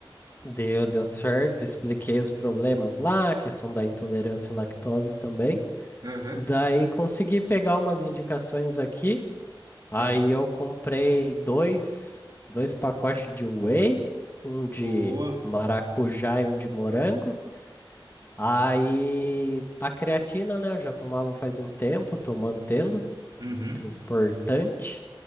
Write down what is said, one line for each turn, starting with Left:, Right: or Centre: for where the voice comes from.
Left: Deu, deu certo, expliquei os problemas lá, que são da intolerância à lactose também.
Right: Aham.
Left: Daí consegui pegar umas indicações aqui. Aí
Right: é.
Left: eu comprei dois, dois pacotes de whey, um de
Right: Boa.
Left: maracujá e um de morango. Aí a creatina, né, eu já tomava faz um tempo, tô mantendo,
Right: Uhum.
Left: muito importante.